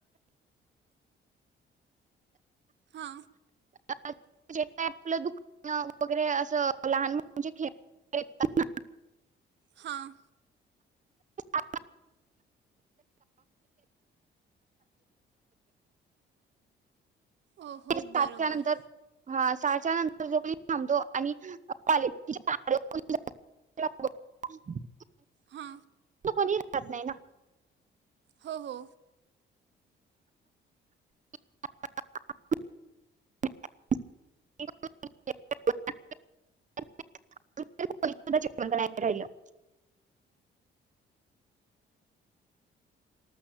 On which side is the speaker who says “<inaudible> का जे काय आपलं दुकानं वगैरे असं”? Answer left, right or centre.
Right